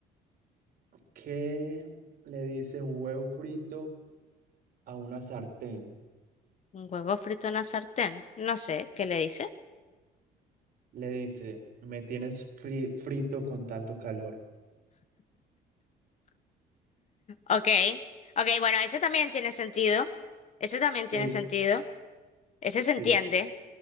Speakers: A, on the right; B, on the left.
A: ¿qué le dice un huevo frito a una sartén?
B: un huevo frito en la sartén. No sé, ¿qué le dice?
A: Le dice, me tienes fri- frito con tanto calor.
B: Ok, ok, bueno, ese también tiene sentido. Ese también
A: Sí,
B: tiene sentido. Ese
A: sí,
B: se entiende,